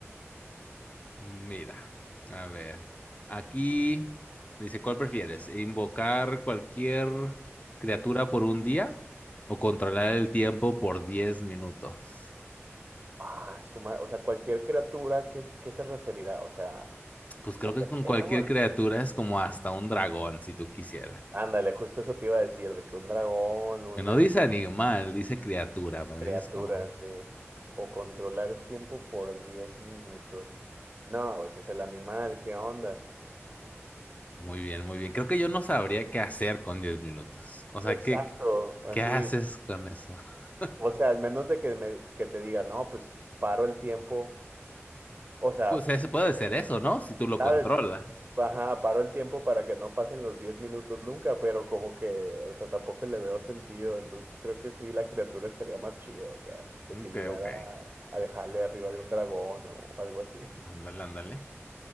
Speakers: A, on the left (about 30°); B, on the right (about 35°).
A: Mira, a ver. Aquí dice, ¿cuál prefieres? ¿Invocar cualquier criatura por un día o controlar el tiempo por 10 minutos?
B: Ah, su ma- O sea, cualquier criatura, ¿qué, qué se referirá? O sea,
A: Pues creo
B: lo
A: que
B: que
A: con
B: sea,
A: cualquier
B: güey.
A: criatura es como hasta un dragón, si tú quisieras.
B: Ándale, justo eso te iba a decir, de que un dragón, un,
A: Que no dice animal, dice criatura. Para
B: Criatura,
A: mí es como,
B: sí. O controlar el tiempo por 10 minutos. No, güey, pues el animal, ¿qué onda?
A: muy bien, muy bien. Creo que yo no sabría qué hacer con 10 minutos. O sea,
B: Exacto,
A: ¿qué,
B: así.
A: qué haces con eso? <laughs>
B: O sea, al menos de que, me, que te diga, no, pues paro el tiempo. O sea,
A: Pues es- puede ser eso, ¿no? Si tú lo
B: ¿sabes?
A: controlas.
B: Ajá, paro el tiempo para que no pasen los 10 minutos nunca, pero como que, o sea, tampoco le veo sentido. Entonces creo que sí, la criatura estaría más chido acá, de
A: Ok,
B: que llegara
A: ok.
B: a dejarle arriba de un dragón o algo así.
A: Ándale, ándale.